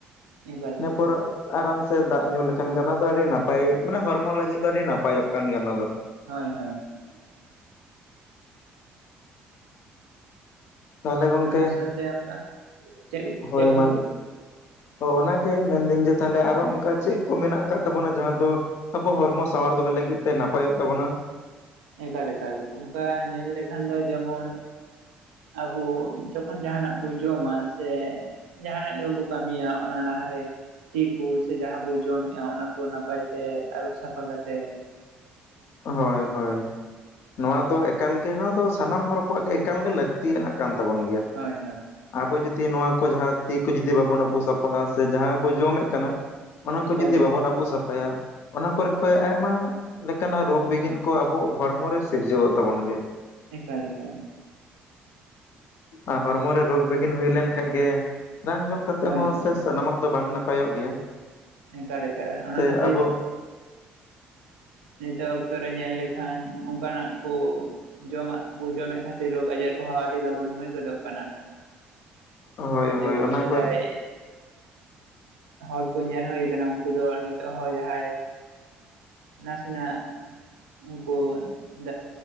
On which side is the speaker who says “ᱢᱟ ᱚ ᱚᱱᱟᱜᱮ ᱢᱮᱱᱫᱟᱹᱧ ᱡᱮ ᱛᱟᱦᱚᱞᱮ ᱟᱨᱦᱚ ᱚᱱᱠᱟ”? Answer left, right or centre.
Left